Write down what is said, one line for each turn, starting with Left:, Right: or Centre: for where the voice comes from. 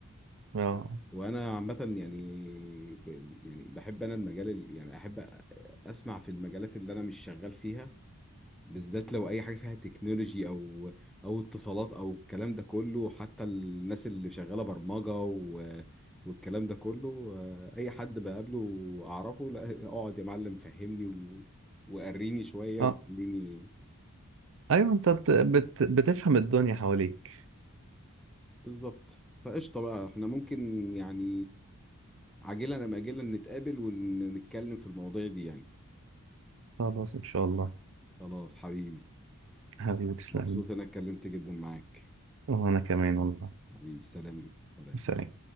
Right: اه
Centre: وانا عامه يعني ب... يعني بحب انا المجال ال... يعني احب أ- اسمع في المجالات اللي انا مش شغال فيها بالذات لو اي حاجه فيها تكنولوجي او او اتصالات او الكلام ده كله حتى الناس اللي شغاله برمجه و... والكلام ده كله آه، اي حد بقابله اعرفه لا اقعد يا معلم فهمني و... وقريني شويه
Right: اه
Centre: وخليني
Right: ايوه انت بت... بت... بتفهم الدنيا حواليك
Centre: بالظبط فقشطه بقى احنا ممكن يعني عاجلا ام اجلا نتقابل ونتكلم في المواضيع دي يعني
Right: خلاص ان شاء الله
Centre: خلاص حبيبي
Right: حبيبي تسلمي
Centre: مبسوط انا اتكلمت جدا معاك
Right: وانا كمان والله
Centre: حبيبي سلام جدا سلام
Right: سلام